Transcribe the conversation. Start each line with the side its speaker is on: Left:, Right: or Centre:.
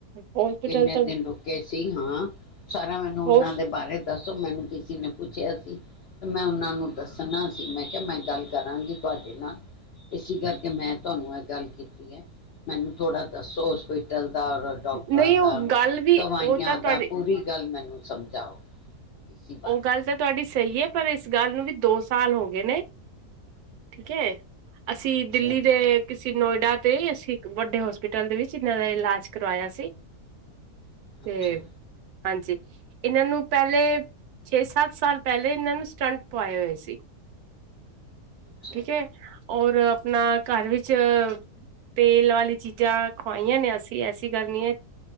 Right: ਹੋਸਪਿਟਲ
Left: ਕਿੰਨੇ
Right: ਤਾਂ
Left: ਦਿਨ ਰੁਕੇ ਸੀ। ਹਾਂ, ਸਾਰਾ ਮੈਨੂੰ ਉਹਨਾਂ
Right: ਹੋ
Left: ਦੇ ਬਾਰੇ ਦੱਸੋ ਮੈਨੂੰ ਕਿਸੇ ਨੇ ਪੁੱਛਿਆ ਸੀ ਤੇ ਮੈਂ ਉਹਨਾਂ ਨੂੰ ਦੱਸਣਾ ਸੀ, ਮੈਂ ਕਿਹਾ ਮੈਂ ਗੱਲ ਕਰਾਂਗੀ। ਤੁਹਾਡੇ ਨਾਲ ਇਸੀ ਕਰਕੇ, ਮੈਂ ਤੁਹਾਨੂੰ ਇਹ ਗੱਲ ਕੀਤੀ ਐ। ਮੈਨੂੰ ਥੋੜ੍ਹਾ ਦੱਸੋ ਉਸ ਕੋ ਦਾ ਔਰ ਡਾਕਟਰਾਂ
Right: ਨਹੀਂ ਉਹ
Left: ਦਾ,
Right: ਗੱਲ ਵੀ
Left: ਦਵਾਈਆਂ
Right: ਉਹ ਤਾਂ ਤੁਹਾਡੀ
Left: ਦਾ ਪੂਰੀ ਗੱਲ ਮੈਨੂੰ ਸਮਝਾਓ। ਇਸੀ ਬਾਰੇ
Right: ਉਹ ਗੱਲ ਤਾਂ ਤੁਹਾਡੀ ਸਹੀ ਐ, ਪਰ ਇਸ ਗੱਲ ਨੂੰ ਵੀ ਦੋ ਸਾਲ ਹੋ ਗਏ ਨੇ। ਠੀਕ ਐ। ਅਸੀਂ
Left: ਅੱਛਾ
Right: ਦਿੱਲੀ ਦੇ ਕਿਸ ਅਸੀਂ ਨੋਇਡਾ ਤੇ ਅਸੀਂ ਇੱਕ ਵੱਡੇ ਹੋਸਪਿਟਲ ਦੇ ਵਿੱਚ ਇਹਨਾਂ ਦਾ ਇਲਾਜ ਕਰਵਾਇਆ ਸੀ। ਤੇ
Left: ਅੱਛਾ
Right: ਹਾਂਜੀ, ਇਹਨਾਂ ਨੂੰ ਪਹਿਲੇ ਛੇ-ਸੱਤ ਸਾਲ ਪਹਿਲੇ ਇਹਨਾਂ ਨੂੰ ਸਟੰਟ ਪਵਾਏ ਹੋਏ ਸੀ।
Left: ਅੱਛਾ
Right: ਠੀਕ ਐ, ਔਰ ਅ ਆਪਣਾ ਘਰ ਵਿੱਚ ਤੇਲ ਵਾਲੀ ਚੀਜ਼ਾਂ ਖਵਾਈਆਂ ਨੇਂ ਅਸੀਂ ਐਸੀ ਗੱਲ ਨੀਂ ਐ।